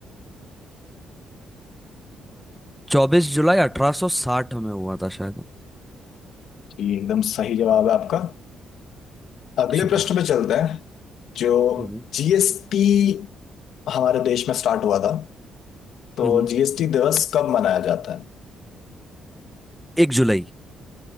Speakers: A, in the centre; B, on the left (about 75°).
A: चौबीस जुलाई अठारह सौ साठ में हुआ था शायद
B: ये एकदम सही जवाब है आपका अगले
A: शुक्रिया
B: प्रश्न पे चलते हैं जो
A: हम्म
B: जीएसटी हमारे देश में स्टार्ट हुआ था तो
A: हम्म
B: जीएसटी दिवस कब मनाया जाता है
A: एक जुलाई